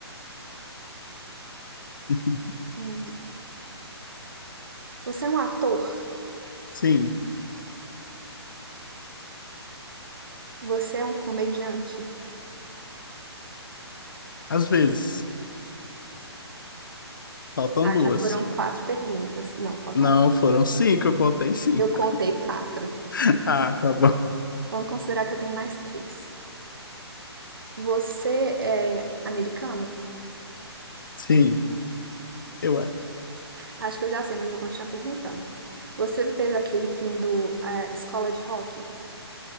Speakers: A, on the left (about 50°); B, on the right (about 55°).
A: <laughs>
B: Hum, Você é um ator?
A: Sim,
B: Você é um comediante?
A: às vezes. Faltam
B: Ah,
A: duas.
B: já foram quatro perguntas. Não, faltam
A: Não,
B: três.
A: foram cinco, eu contei cinco.
B: Eu contei quatro.
A: <laughs> Ah, tá bom.
B: Vamos considerar que eu tenho mais três. Você é americano?
A: Sim, eu é.
B: Acho que eu já sei, mas eu vou continuar perguntando. Você fez aquele filme do ah, Escola de Rock?